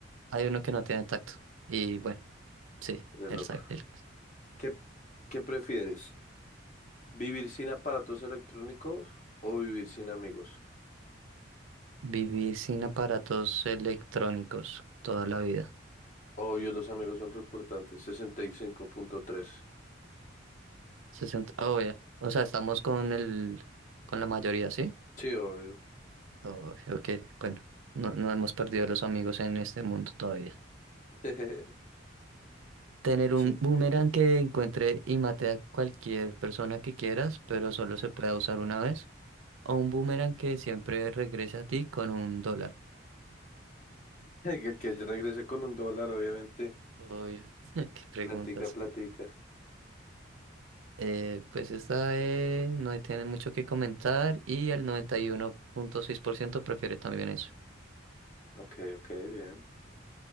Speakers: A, on the right (about 90°); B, on the left (about 40°).
A: hay uno que no tiene tacto. Y bueno, sí,
B: Re
A: él
B: loco.
A: sabe. él-
B: ¿Qué, qué prefieres? ¿Vivir sin aparatos electrónicos o vivir sin amigos?
A: Vivir sin aparatos electrónicos toda la vida.
B: Obvio, los amigos son re importantes. sesenta y cinco punto tres
A: sesenta obvio. O sea, estamos con el, con la mayoría, ¿sí?
B: Sí, obvio.
A: Oh, ok, bueno, no, no hemos perdido los amigos en este mundo todavía.
B: <laughs>
A: Tener
B: Sí.
A: un boomerang que encuentre y mate a cualquier persona que quieras, pero solo se pueda usar una vez. O un boomerang que siempre regrese a ti con un dólar.
B: El que regrese con un dólar, obviamente.
A: Uy, <laughs> qué preguntas.
B: Platica, platica.
A: Eh, pues esta eh, no tiene mucho que comentar y el 91.6% prefiere también eso.
B: Ok, ok, bien.